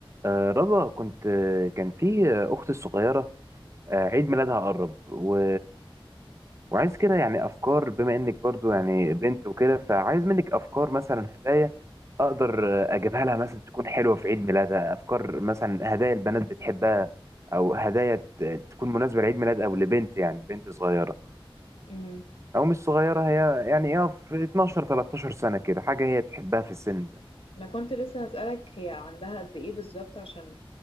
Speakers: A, on the right; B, on the left.
A: آه، رضوى كنت آه، كان في آه، أختي الصغيرة آه، عيد ميلادها قرب و... وعايز كده يعني أفكار بما إنك برضو يعني بنت وكده فعايز منك أفكار مثلا هدايا أقدر آه، أجيبها لها مثلا تكون حلوة في عيد ميلادها أفكار مثلا هدايا البنات بتحبها أو هدايا ت- تكون مناسبة لعيد ميلاد أو لبنت يعني بنت صغيرة
B: امم
A: أو مش صغيرة هي يعني إيه في 12 13 سنة كده حاجة هي تحبها في السن ده
B: ما كنت لسه هسألك هي عندها قد ايه بالظبط عشان